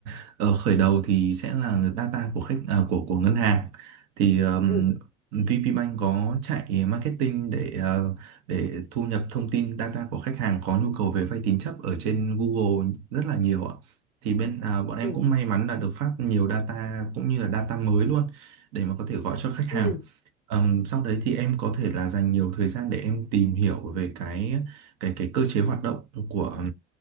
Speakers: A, on the right (about 55°); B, on the left (about 25°).
A: <laughs> ở khởi đầu thì sẽ là data của khách à, của của ngân hàng thì um,
B: Ừ,
A: VP Bank có chạy marketing để ờ, để thu nhập thông tin data của khách hàng có nhu cầu về vay tín chấp ở trên Google rất là nhiều ạ. Thì bên à, bọn em
B: ừ,
A: cũng may mắn là được phát nhiều data cũng như là data mới luôn để mà có thể gọi cho khách hàng.
B: ừ,
A: Ờm, sau đấy thì em có thể là dành nhiều thời gian để em tìm hiểu về cái cái cái cơ chế hoạt động của